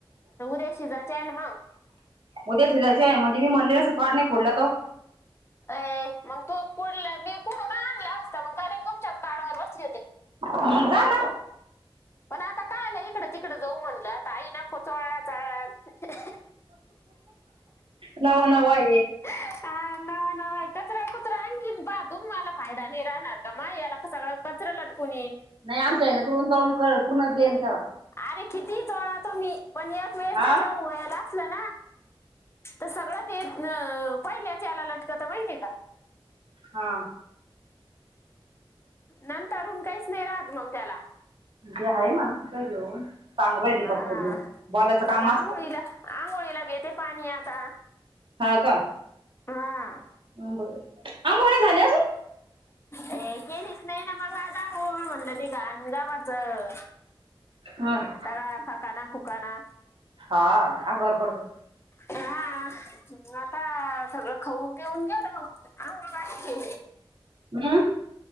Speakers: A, on the left; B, on the right.
A: तर उद्या शिजायचे आहे ना मग
B: उद्या शिजायचय मग हिने म्हटले सुकाळ नाही खोडला तर
A: ये मग तू कुठल्या मी कुठून आणला असता मी का तुझ्याच कार्डवर बसले.
B: मी जाना
A: पण आता काय आलं इकडं तिकड जाऊ म्हणलं आता आई नको चोळला चळला
B: नवा नवा आहे हे
A: हा नवा नवा कचरा कचरा आणंगीन प तुम मला फायदा नाही राहणार का मा याला का सगळं. कचरा लटकून येईल.
B: नाही आमचां आहे ना तळून ते पूर्ण प्लेन ठेवा.
A: अरे किती पण चोळा तुम्ही पण एकवेळ
B: हा
A: अस ना तर सगळं ते पहिल्याला लटके ला तुला माहितीय का?
B: हा
A: नंतर आणून काहीच नाही राहत मग त्याला.
B: ते आहे म्हणा घेऊन सांगून राहिले
A: हा.
B: फक्त मी बोलायचं काम
A: आता
B: असत.
A: आंघोळीला आंघोळीला घेते पाणी आता.
B: हा का
A: हा
B: बर आंघोळ झाल्या अजून?
A: ए केलीस नाही ना मग आज अंघोळ म्हटलं ते घाण गव्हाचं.
B: हं.
A: सगळा खकाना खुकाना.
B: हा अंगावर पडतोय
A: हा आता सगळं खाऊन पिऊन घेऊ ना आंघोळ घातली
B: हम्म